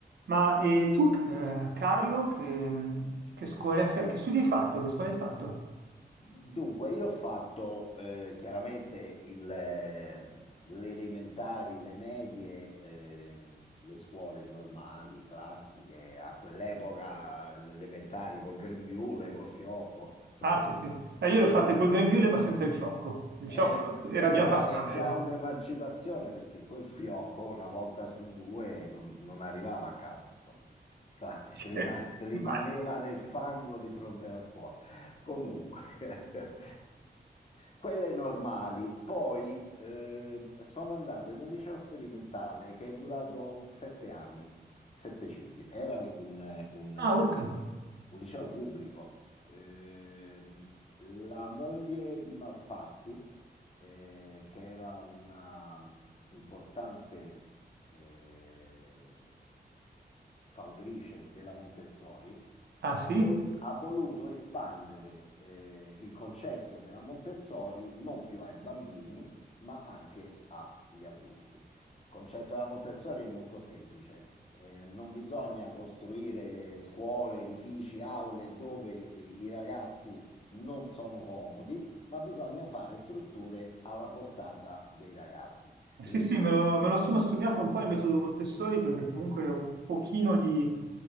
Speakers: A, on the right (about 75°); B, on the left (about 35°).
A: Ma e tu, eh, Carlo, che, mm, che scuola, cioè, che studi hai fatto? Che scuola hai fatto?
B: Dunque, io ho fatto eh, chiaramente il, eh, le elementari, le medie, eh, le scuole normali, classiche, a quell'epoca le elementari col grembiule, col fiocco, insomma,
A: Ah, sì, sì. Eh,
B: scuola.
A: io l'ho fatta col grembiule, ma senza il fiocco. Il
B: È,
A: fiocco era
B: è
A: già
B: già,
A: passato.
B: è già
A: prima.
B: un'emancipazione perché quel fiocco una volta su due non, non arrivava a casa, insomma, Sta- rima-
A: Eh,
B: rimaneva
A: vai.
B: nel fango di fronte alla scuola. Comunque, <laughs> quelle normali. Poi eh, sono andato in un liceo sperimentale che è durato sette anni, sette cicli. Era un, un- un-
A: <laughs> Ah, urca.
B: un- un liceo pubblico. Ehm, la moglie di Malfatti eh, che era una mm, importante eh, fautrice della Montessori,
A: Ah, sì?
B: ha, vol- ha voluto espandere eh, il concetto della Montessori non più ai bambini, ma anche agli adulti. Il concetto della Montessori è molto semplice. Eh, non bisogna costruire scuole, edifici, aule dove eh, i ragazzi non sono comodi, ma bisogna fare strutture alla portata dei ragazzi.
A: Eh, Sì,
B: Le-
A: sì, me lo, me lo sono studiato un po' il metodo Montessori, perché comunque è un pochino di...